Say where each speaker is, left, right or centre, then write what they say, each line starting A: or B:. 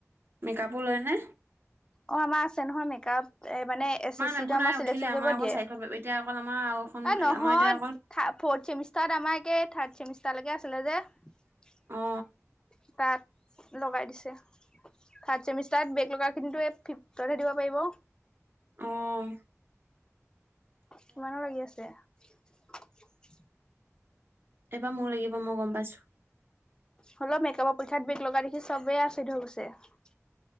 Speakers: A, on the right; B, on the left.
A: মেকাপো লয়নে?
B: অ আমাৰ আছে নহয় মেকআপ। এ মানে এচ চি চিটো
A: এইবোৰ
B: আমাৰ
A: নাই
B: চিলেকচন
A: উঠিলে আমাৰ
B: কৰিব
A: অকল
B: দিয়ে।
A: চাৰিখন
B: এ
A: এতিয়া অকল আমাৰ আৰু এখন
B: নহয়।
A: আমাৰ এতিয়া অকল
B: থা ফ'ৰ্থ চেমিষ্টাৰত আমাৰাকে থাৰ চেমিষ্টাৰলেকে আছিলে যে,
A: অ
B: তাত। লগাই দিছে থাৰড চেমিষ্টাৰত বেগ লগা খিন ফিফতহে দিব পাৰিব।
A: অঁ'
B: কিমানৰ লাগি আছে?
A: এইবাৰ মোৰ লাগিব মই গম পাইছো।
B: হ'লও মেকআপৰ পৰীক্ষাত বেগ লগা দেখি চবে আচৰিত হয় গৈছে।